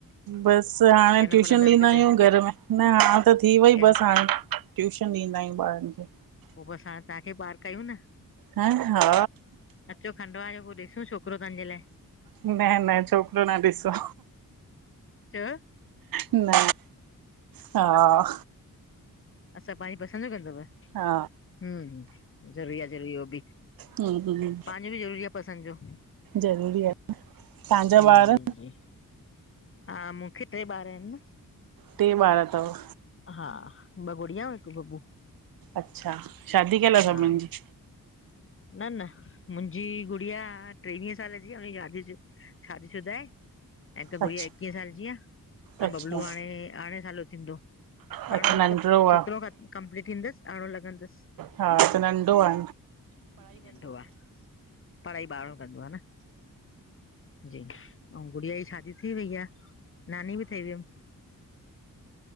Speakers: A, on the right; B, on the left.
A: बसि, हाणे
B: की अञा
A: ट्यूशन
B: पढ़ंदव
A: ॾींदा
B: किथे
A: आयूं घर में, न हाण त थी वई
B: पोइ
A: बस हाणे। ट्यूशन ॾींदा आयूं ॿारन खे।
B: पो बस हाणे तव्हांखे पार कयूं न।
A: ह हा।
B: अचो, खंडवा जो पो ॾिसूं छोकरो तव्हांजे लाइ।
A: न न छोकरो न ॾिसो।
B: छो?
A: न हा।
B: अछा पांजी पसंद जो कंदव,
A: हा
B: हूम ज़रूरी आ, ज़रूरी आ उहो बि।
A: हम्म
B: पांजो बी ज़रूरी आ पसंद जो।
A: ज़रूरी आहे तव्हांजा
B: जी,
A: ॿार
B: जी, जी। हा मुखे ट्रे ॿार आहिन न।
A: टे ॿार तव।
B: हा ॿ गुड़िया अऊं हिक बबू।
A: अच्छा, शादी कयल आ
B: हा
A: सभनिन जी।
B: न न मुंहिंजी गुड़िया टेवीह साल जी आ। हुनजी शादी शादी शुदा आहे। ऐं हिकु
A: अच्छा
B: गुड़िया एकवीह साल जी आ ऐं
A: अच्छा
B: बबलू हाणे अरिड़हं साल जो थींदो।
A: अच्छा
B: हाणो
A: नंढिड़ो
B: मतिलब सत्रहो
A: आहे
B: खां कंप्लीट थींदसि अरणो लगंदसि।
A: हा त नंढो आ।
B: जी नंढो आ। पढ़ाई ॿारहो कंदो आ न। जी ऐं गुड़िया जी शादी थी वई आ, नानी बि ठही वियमि।